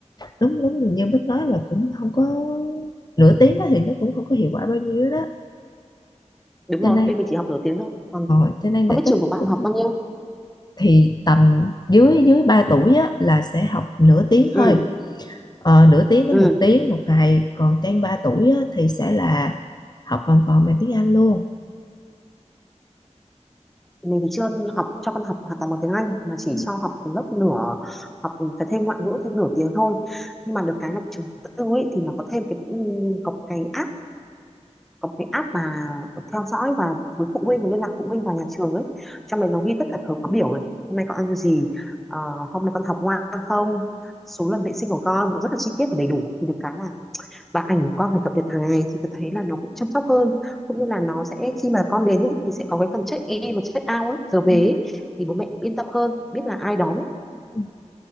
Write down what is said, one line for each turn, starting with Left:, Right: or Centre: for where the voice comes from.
Left: đúng đúng như như Bích nói là cũng không có nửa tiếng đó thì nó cũng không có hiệu quả bao nhiêu đó
Centre: đúng
Left: cho
Centre: rồi
Left: nên
Centre: bên mình chỉ học nửa tiếng thôi còn
Left: ờ, cho nên là
Centre: không biết
Left: chắc
Centre: trường của bạn
Left: cũng
Centre: học bao nhiêu
Left: thì tầm dưới dưới 3 tuổi á, là sẽ học nửa tiếng thôi
Centre: ừ
Left: ờ, nửa tiếng tới
Centre: Ừ,
Left: một tiếng một ngày còn trên 3 tuổi á, thì sẽ là học hoàn toàn bằng tiếng Anh luôn
Centre: mình thì chưa học cho con học hoàn toàn bằng tiếng Anh mà chỉ
Left: Ừ,
Centre: cho học một lớp nửa học phải thêm ngoại ngữ thêm nửa tiếng thôi nhưng mà được cái là trường tư ấy thì nó có thêm cái ừm, có một cái app có một cái app mà theo dõi và với phụ huynh và liên lạc phụ huynh vào nhà trường ấy trong đấy nó ghi tất cả thời khóa biểu này hôm nay con ăn gì ờ, hôm nay con học ngoan không số lần vệ sinh của con nó rất là chi tiết và đầy đủ thì được cái là và ảnh của con phải cập nhật hàng ngày thì tôi thấy là nó cũng chăm sóc hơn cũng như là nó sẽ khi mà con đến ấy, thì sẽ có cái phần check in và check out ấy giờ về
Left: ừ,
Centre: ấy, thì bố mẹ cũng yên tâm hơn biết là ai đón ấy
Left: ừ.